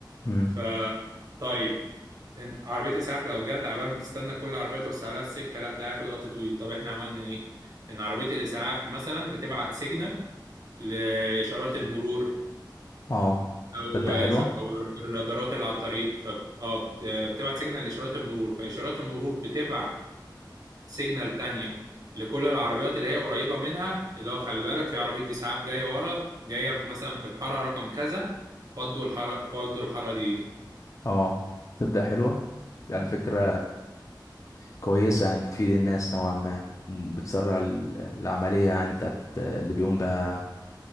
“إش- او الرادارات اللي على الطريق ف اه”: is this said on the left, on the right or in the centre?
Right